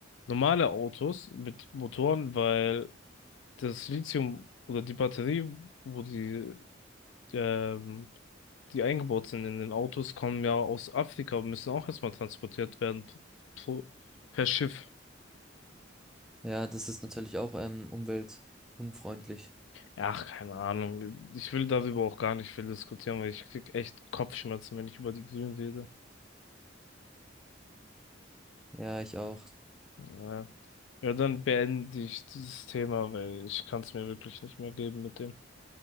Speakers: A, on the left; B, in the centre.
A: normale Autos mit Motoren, weil das Lithium oder die Batterie, wo die, ähm, die eingebaut sind in den Autos, kommen ja aus Afrika und müssen auch erstmal transportiert werden pro, per Schiff.
B: Ja, das ist natürlich auch, ähm, umweltunfreundlich.
A: Ach, keine Ahnung. Ich will darüber auch gar nicht viel diskutieren, weil ich krieg echt Kopfschmerzen, wenn ich über die Grünen rede.
B: Ja, ich auch.
A: Ja. Ja, dann beende ich dieses Thema, weil ich kann es mir wirklich nicht mehr geben mit dem.